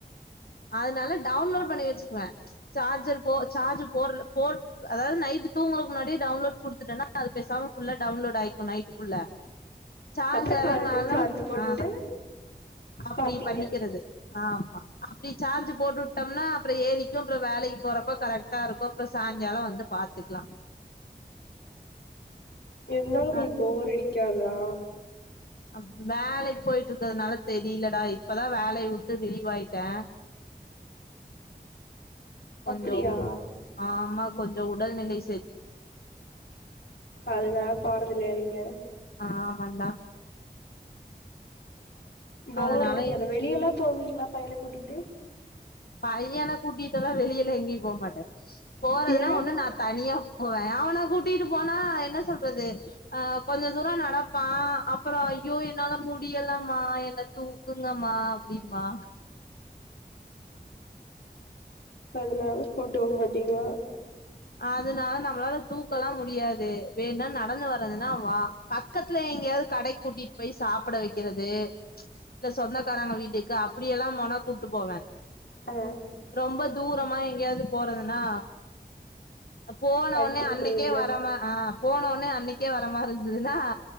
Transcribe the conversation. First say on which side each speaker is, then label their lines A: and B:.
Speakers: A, on the left (about 65°); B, on the left (about 85°).
A: அதுனால டவுன்லோட் பண்ணி வச்சுக்குவே சார்ஜர் போ சார்ஜ் போட்ற போ அதாவது நைட் தூங்கறக்கு முன்னாடியே டவுன்லோட் குடுத்துட்டேன்னா அது பேசாம ஃபுல்லா டவுன்லோட் ஆயிக்கு நைட்டுக்குள்ள சார்ஜ்
B: அப்புற
A: எறங்குனாலு
B: கால்ல சார்ஜ் போட்டு
A: ஆ அப்டி
B: பாப்பீங்க
A: பண்ணிக்கிறது ஆமா அப்டி ஜார்ஜ் போட்டுவுட்டோம்னா அப்றோ ஏறிக்கு அப்றோ வேலைக்கு போறப்ப கரெக்ட்டா இருக்கு அப்றோ சாய்ங்காலோ வந்து பாத்துக்லா
B: இருந்தாலு உங்ளுக்கு
A: அ
B: போர் அடிக்காதா
A: அப்ப வேலைக்கு போயிட்டு இருக்கதுனால தெரியிலடா இப்பதா வேலைய விட்டு ரிலீவ்வாயிட்டே கொஞ்சோ
B: அப்படியா
A: ஆமா கொஞ்சோ உடல் நிலை
B: அதுனால போறதுல்லையா நீங்க
A: ஆமாண்டா
B: போர்
A: அதனால
B: அடிக்காதா வெளியல்லா போவீங்ளா பையனக் கூட்டிட்டு
A: பையனக் கூட்டிட்டல்லா வெளியலா எங்கியு போமாட்ட போறதுனா
B: ஏ
A: ஒண்ணு நா தனியா போவே அவன கூட்டிட்டு போனா என்ன சொல்றது அ கொஞ்ச தூரோ நடப்பா அப்பறோ ஐயோ என்னால முடியலமா என்ன தூக் குங்கம்மா அப்டிம்பா
B: அதனால கூட்டு போ மாட்டீங்களா
A: அதுனால நம்ளால தூக்கலா முடியாது வேணா நடந்து வர்றதுன்னா வா பக்கத்துல எங்கயாவது கடைக்கு கூட்டிட்டு போய் சாப்ட வைக்கிறது இல்ல சொந்தக்காராங்க வீட்டுக்கு அப்டியெல்லா போனா கூப்ட்டு போவ
B: ஆ
A: ரொம்ப தூரமா எங்கயாவது போறதுன்னா போனவொன்னே
B: கழட்டி விட்டுருவீங்க
A: அன்னைக்கே வராமா அ போனவொன்னே அன்னைக்கே வரமாரி இருந்ததுன்னா